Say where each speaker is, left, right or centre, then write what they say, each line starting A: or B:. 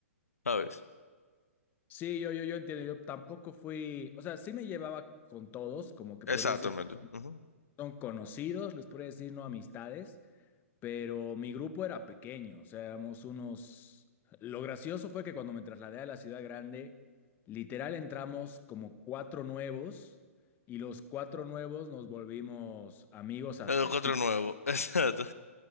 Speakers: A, on the left; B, on the left.
A: ¿sabes?
B: Sí, yo, yo, yo entiendo, yo tampoco fui, o sea, sí me llevaba con todos, como que
A: Exactamente.
B: podría decir
A: ujú.
B: Son conocidos, les podría decir no amistades, pero mi grupo era pequeño, o sea, éramos unos... Lo gracioso fue que cuando me trasladé a la ciudad grande, literal entramos como cuatro nuevos y los cuatro nuevos nos volvimos amigos hasta
A: El Otro
B: el fin.
A: nuevo, <laughs> exacto.